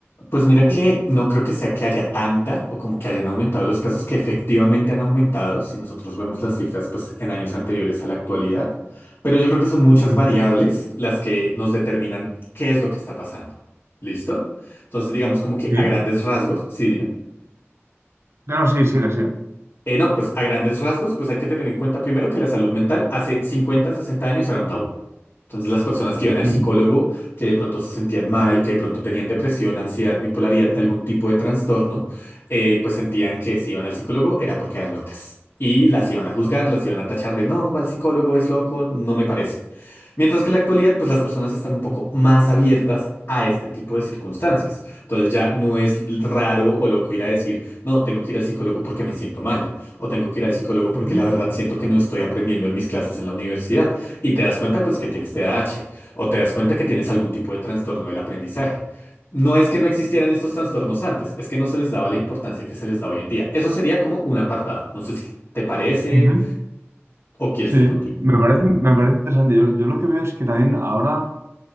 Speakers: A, on the left; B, on the right.
A: Pues mira que
B: Sí.
A: no creo que sea que haya tanta o como que hayan aumentado los casos que efectivamente han aumentado, si nosotros vemos las cifras pues en años anteriores a la actualidad, pero yo creo que son muchas
B: Ujú.
A: variables las que nos determinan qué es lo que está pasando. ¿Listo? Entonces digamos como que
B: Sí,
A: a grandes rasgos, sí, dime.
B: no, no, sí, sigue, sigue.
A: Eh, no, pues a grandes rasgos, pues hay que tener en cuenta primero que la salud mental hace 50, 60 años era un tabú. Entonces las personas que iban al
B: Ujú,
A: psicólogo, que de pronto se sentían mal, que de pronto tenían depresión, ansiedad, bipolaridad, algún tipo de trastorno, eh, pues sentían que si iban al psicólogo era porque eran locas. Y las iban a juzgar, las iban a tachar de no, va al psicólogo, es loco, no me parece. Mientras que en la actualidad, pues las personas están un poco más abiertas a este tipo de circunstancias. Entonces ya no es raro o loco ir a decir, no, tengo que ir al psicólogo porque me siento mal, o tengo que ir al psicólogo porque
B: ujú,
A: la verdad siento que no estoy aprendiendo en mis clases en la universidad. Y te das cuenta, pues, que tienes TDAH, o te das cuenta que tienes algún tipo de trastorno del aprendizaje. No es que no existieran estos trastornos antes, es que no se les daba la importancia que se les da hoy en día. Eso sería como un apartado. No sé si te parece
B: ujú.
A: o quieres
B: Sí,
A: que continúe.
B: me parece, me parece interesante. Yo, yo lo que veo es que también ahora